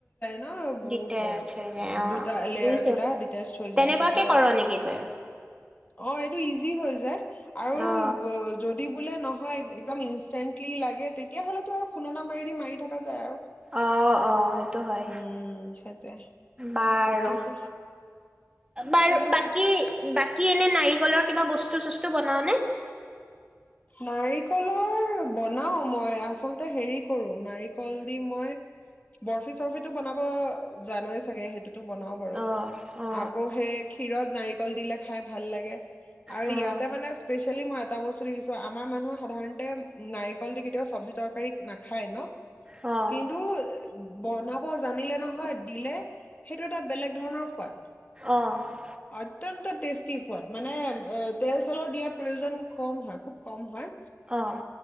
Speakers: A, on the left; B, on the right.
A: না, ৱও-ৱও,
B: দিগদাৰ হৈ যায়
A: অ দুটা, লেয়াৰ
B: বুজিছো।
A: কেইটা ডিটেষ্ট হৈ
B: তেনেকুৱাকে
A: যায়, সেইটোৱেই
B: কৰ
A: আৰু
B: নেকি তই
A: অ, এইটো ইজি হয় যে। আৰু,
B: অ
A: ৱ যদি বোলে নহয়, একদম ইনষ্টেণ্টলি লাগে তেতিয়া হলেতো আৰু খুন্দনা মাৰি দি মাৰি থকা যায় আৰু
B: অ-অ সেইটো হয়,
A: উম সেইটোৱে
B: বাৰু
A: গতিকে
B: বাৰ-বাকী
A: সেয়াই
B: বাক কি এনে নাৰিকলৰ কিবা বস্তু-চস্তু বনাৱ নে?
A: নাৰিকলৰ বনাও মই, আচলতে হেৰি কৰো, নাৰিকল দি মই বৰফি চৰ্ফিটো বনাব যানই চাগে সেই সেইটো বনাও বাৰু,
B: অ অ
A: আকৌ সেই <unintelligible> নাৰিকল দিলে খাই ভাল লাগে। আৰু
B: অ
A: ইয়াতে মানে, স্পেচ <unintelligible> মই এটা বস্তু দেখিছোঁ ত, আমাৰ মানুহে সাধাৰণতে উ নাৰিকল দি কেতিয়াও চব্জি তৰকাৰী নাখায় ন!
B: অ
A: কিন্তু, বনাব জানিলে নহয় দিলে, সেইটো এটা বেলেগ ধৰণৰ সোৱাদ।
B: অ অ
A: অত্যন্ত টেষ্টি সোৱাদ, মানে এ তেল চেলৰ দিয়া প্ৰয়োজন কম হয়, খুব কম হয়
B: অ'।